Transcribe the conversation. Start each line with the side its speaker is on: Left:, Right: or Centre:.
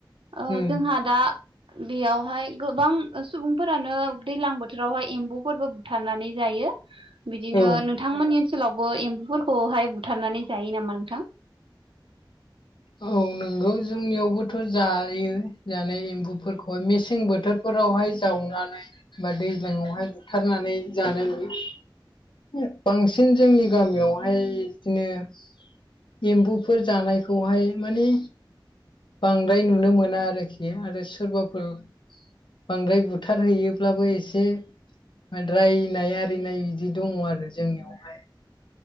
Right: ओ
Left: उम
Right: जोंहा दा बेयावहाय गोबां सुबुंफोरानो दैलां बोथोरावहाय एम्बुफोरबो थारनानै जायो। बिदिनो
Left: औ
Right: नोंथांमोननि ओनसोलावबो एम्बुफोरखौहाय बुथारनानै जायो नामा नोंथां?
Left: औ नोंगौ जोंनियावबोथ' जायो। जानाय एम्बुफोरखौहाय मेसें बोथोरफोरावहाय जावनानै बा दैज्लाङावहाय बुथारनानै जानाय नुयो। <unintelligible> बांसिन जोंनि गामियावहाय बिदिनो एम्बुफोर जानायखौहाय माने बांद्राय नुनो मोना आरोखि आरो सोरबाफोर बांद्राय बुथारहैयोब्लाबो एसे रायनाय आरिनाय इदि दङ' आरो जोंनियावहाय।